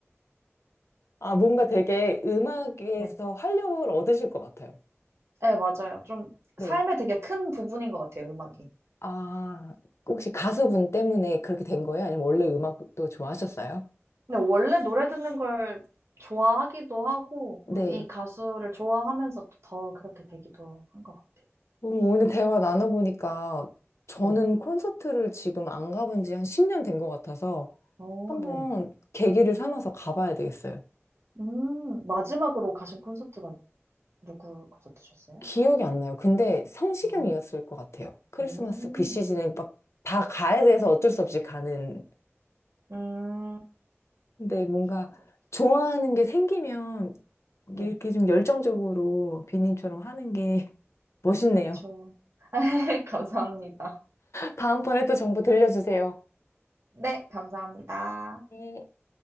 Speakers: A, on the left (about 70°); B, on the right (about 65°).
A: 아, 뭔가 되게 음악에서
B: 네.
A: 활력을 얻으실 것 같아요.
B: 네, 맞아요. 좀
A: 네.
B: 삶의 되게 큰 부분인 것 같아요, 음악이.
A: 아, 혹시 가수분 때문에 그렇게 된 거예요? 아니면 원래 음악도 좋아하셨어요?
B: 근데 원래 노래 듣는 걸 좋아하기도 하고,
A: 네.
B: 이 가수를 좋아하면서 또더 그렇게 되기도 한 것 같아요.
A: 음, 오늘 대화 나눠보니까 저는
B: 네.
A: 콘서트를 지금 안 가본 지 한 10년 된 것 같아서
B: 어,
A: 한번
B: 네.
A: 계기를 삼아서 가봐야 되겠어요.
B: 음, 마지막으로 가신 콘서트가 누구 콘서트셨어요?
A: 기억이 안 나요. 근데 성시경이었을
B: 아,
A: 것 같아요. 크리스마스
B: 음,
A: 그 시즌에 막 다 가야 돼서 어쩔 수 없이 가는.
B: 음,
A: 근데 뭔가
B: 저 그것도.
A: 좋아하는 게 생기면
B: 네,
A: 이렇게 좀 열정적으로 비님처럼 하는 게 <laughs> 멋있네요.
B: 저. <laughs> 감사합니다.
A: 다음번에 또 정보 들려주세요.
B: 네, 감사합니다.
A: 네.